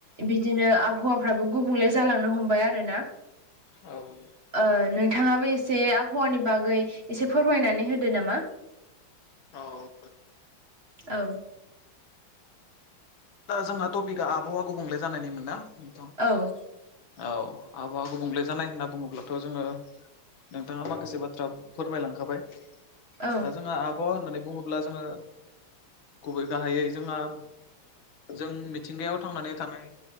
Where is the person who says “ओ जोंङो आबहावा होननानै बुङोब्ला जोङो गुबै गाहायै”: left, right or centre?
Left